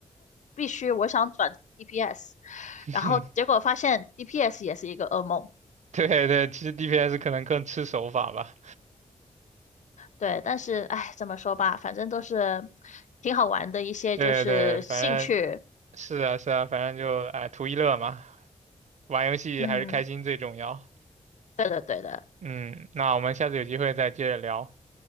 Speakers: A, on the left; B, on the right.
A: 必须我想转 DPS，
B: <laughs>
A: 然后结果发现 DPS 也是一个噩梦。
B: 对对，其实 DPS 可能更吃手法吧。
A: 对，但是哎，怎么说吧，反正都是挺好玩的一些就是兴趣。
B: 对对，反正是啊是啊，反正就哎图一乐嘛，玩游戏还是开心最重要。
A: 嗯，对的对的。
B: 嗯，那我们下次有机会再接着聊。